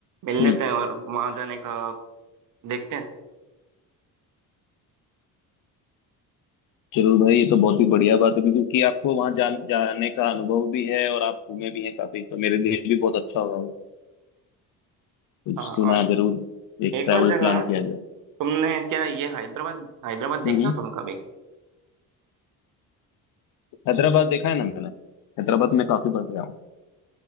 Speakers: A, on the right; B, on the left.
A: मिल
B: हम्म
A: लेते हैं और वहां जाने का देखते हैं
B: जरूर भाई ये तो बहुत ही बढ़िया बात होगी क्योंकि आपको वहां जान जाने का अनुभव भी है और आप घूमे भी हैं काफी तो मेरे लिए भी बहुत अच्छा होगा वो तो
A: हाँ
B: क्यों ना
A: और
B: जरूर एक
A: एक
B: ट्रैवल
A: और जगह
B: प्लान किया जाए
A: तुमने क्या ये हैदराबाद हैदराबाद देखे
B: हम्म हम्म।
A: हो तुम कभी
B: हैदराबाद देखा है ना मैंने हैदराबाद में काफी बार गया हूँ